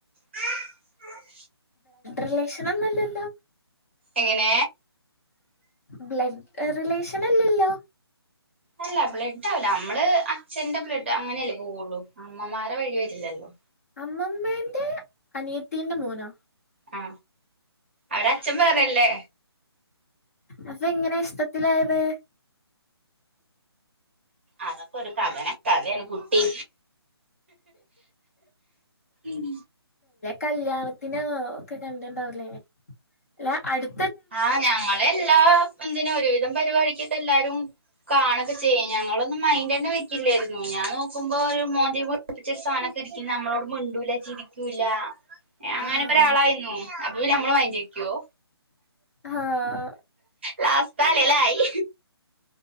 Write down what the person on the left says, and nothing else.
റിലേഷന ഒന്നുംല്ലല്ലോ
ബ്ലഡ് റിലേഷൻ അല്ലല്ലോ
അമ്മമ്മേന്റെ അനിയത്തിന്റെ മോനാ
അപ്പ എങ്ങനെ ഇഷ്ടത്തിലായത്
കല്യാണത്തിന് ഒക്കെ കണ്ടിണ്ടാവല്ലേ അല്ല അടു
ആഹ്
ആഹ്